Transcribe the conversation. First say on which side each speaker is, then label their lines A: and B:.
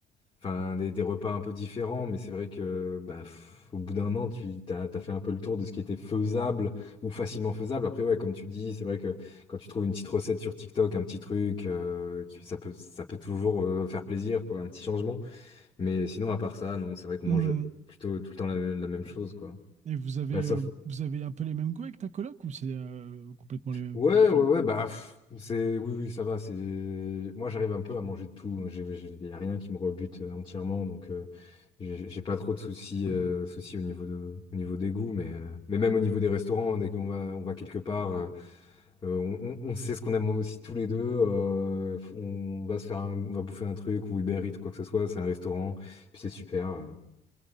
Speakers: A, on the left; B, on the right.
A: Enfin, des, des repas un peu différents, mais c'est vrai que bah, f- au bout d'un an, tu t'as, t'as fait un peu le tour de ce qui était faisable ou facilement faisable. Après, ouais, comme tu dis, c'est vrai que quand tu trouves une petite recette sur TikTok, un petit truc, euh, qui- ça peut, ça peut toujours euh, faire plaisir pour un petit changement. Mais sinon, à part ça, non, c'est vrai qu'on
B: Hmm.
A: mange plutôt tout le temps la, la même chose, quoi.
B: Et vous avez,
A: Bah, sauf
B: euh, vous avez un peu les mêmes goûts avec ta coloc ou c'est euh, complètement les mêmes,
A: Ouais,
B: différents?
A: ouais, ouais, bah, pff, c'est, oui, oui, ça va, c'est, moi, j'arrive un peu à manger de tout, il y a rien qui me rebute euh, entièrement, donc, euh, j'ai j'ai pas trop de soucis, euh, soucis au niveau de, au niveau des goûts, mais, euh, mais même au niveau des restaurants, hein, dès qu'on va, on va quelque part, euh, euh, on, on- on sait ce qu'on aime aussi tous les deux, euh, on va se faire un- on va bouffer un truc, ou Uber Eats, ou quoi que ce soit, c'est un restaurant, puis c'est super, euh.